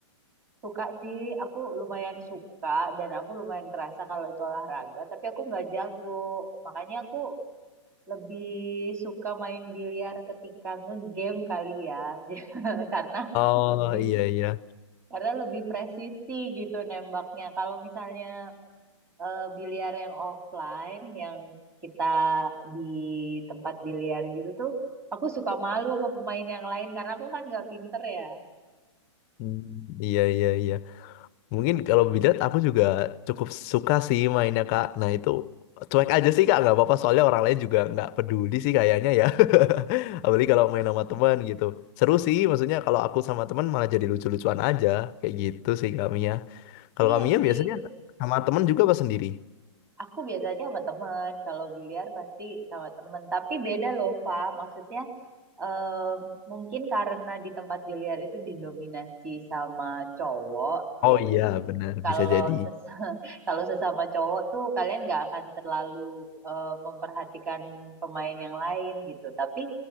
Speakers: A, on the right (about 20°); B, on the left (about 30°).
A: <laughs> Suka sih, aku lumayan suka dan aku lumayan kerasa kalau itu olahraga, tapi aku nggak jago. Makanya aku lebih suka main biliar ketika ngegame kali ya <laughs> J- karena
B: Oh,
A: lebih
B: iya iya.
A: karena lebih presisi gitu nembaknya kalau misalnya eh, biliar yang offline yang kita di tempat biliar gitu tuh aku suka malu sama pemain yang lain karena aku kan nggak pinter ya
B: Hmm, iya iya iya. Mungkin kalau Bidat aku juga cukup suka sih mainnya Kak. Nah itu cuek aja sih Kak, nggak apa-apa soalnya orang lain juga nggak peduli sih kayaknya ya. <laughs> Apalagi kalau main sama teman gitu. Seru sih, maksudnya kalau aku sama teman malah jadi lucu-lucuan aja. Kayak gitu sih Kak Mia. Kalau
A: iya
B: Kak Mia
A: sih
B: biasanya sama teman juga apa sendiri?
A: Aku biasanya sama temen, kalau biliar pasti sama temen. Tapi beda loh, Pak. Maksudnya em, mungkin karena di tempat biliar itu didominasi sama cowok,
B: Oh
A: jadi
B: iya benar,
A: kalau
B: bisa jadi.
A: ses- <laughs> kalau sesama cowok tuh kalian nggak akan terlalu eh, memperhatikan pemain yang lain gitu. Tapi